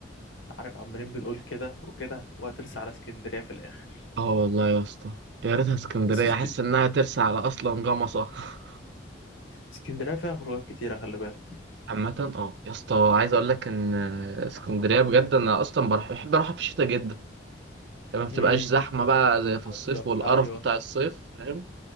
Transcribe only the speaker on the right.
اه والله يا اسطى يا ريتها اسكندريه
احس انها ترسى على اصلا جمصه <laughs>
عامة اه يا اسطى عايز اقول لك ان اسكندريه بجد انا اصلا بروح بحب اروحها في الشتاء جدا لما ما بتبقاش
زحمه بقى زي في
الصيف والقرف
بتاع الصيف فاهم؟